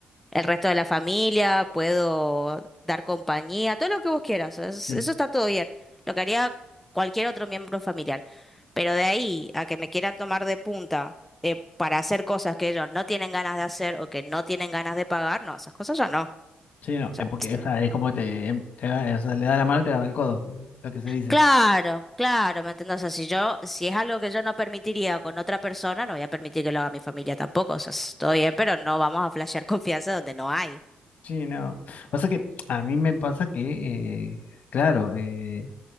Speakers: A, in the centre; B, on the left.
A: el resto de la familia, puedo dar compañía, todo lo que vos quieras, es-
B: Sí,
A: eso está todo bien, lo que haría cualquier otro miembro familiar. Pero de ahí a que me quieran tomar de punta eh, para hacer cosas que ellos no tienen ganas de hacer o que no tienen ganas de pagar, no, esas cosas ya no. O
B: sí, no,
A: sea,
B: es porque, o sea, es como te, em, te- da- o sea, le da la mano y te da el codo, lo que se dice.
A: Claro, claro, ¿me entiendes? O sea, si yo, si es algo que yo no permitiría con otra persona, no voy a permitir que lo haga mi familia tampoco. O sea, estoy bien, pero no vamos a flashear <laughs> confianza donde no hay.
B: Sí, no. Pasa que a mí me pasa que, eh, claro, eh,